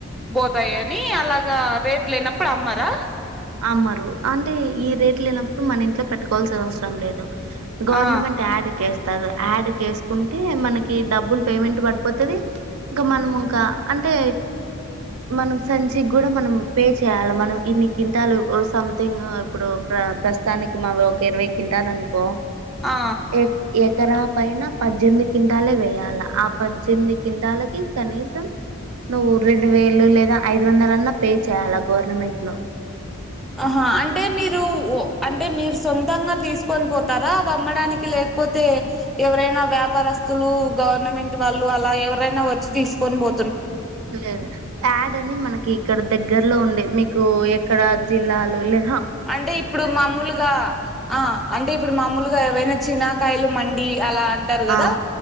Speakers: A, in the centre; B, on the right.
A: బోతాయని అలాగ రేట్ లేనప్పుడు అమ్మరా
B: అమ్మరు అంటే ఈ రేట్లేనప్పుడు మన ఇంట్లో పెట్టుకోవాల్సిన అవసరం లేదు గవర్నమెంట్
A: ఆ
B: యాడ్ కేస్ తదు యాడ్ కేస్కుంటే మనకీ డబ్బులు పేమెంట్ పడిపోతది ఇక మనముంకా అంటే మనం సంచిగ్గూడా మనం పే చేయాలా మనం ఇన్ని కింటాలు ఓ సంథింగ్ ఇప్పుడు ప్ర ప్రస్తానికి మావొక ఇరవై కింటాలనుకో
A: ఆ
B: ఎక్ ఎక్ కరా పైన పజ్జెంది కింటాల్లే వెయ్యాల ఆ పజ్జెంది కింటాలకి కనీసం నువ్వు రెండు వేలు లేదా ఐదు వందలన్నా పే చేయ్యాల గవర్నమెంట్ లో
A: ఆహా అంటే మీరు, ఓ అంటే మీరు సొంతంగా తీస్కోన్ పోతారా అవమ్మడానికి లేకపోతే ఎవరైనా వ్యాపారస్తులు గవర్నమెంట్ వాళ్ళు అలా ఎవరైనా వచ్చి తీస్కొని పో
B: లేదు యాడ్ అని మనకి క్కడ దగ్గర్లో ఉండే మీకు ఎక్కడ జిల్లాలు లే
A: అంటే ఇప్పుడు మామూలుగా ఆ అంటే ఇప్పుడు మామూల్గా ఏవైనా చినాకాయలు మండి అలా అంటారు గదా
B: ఆ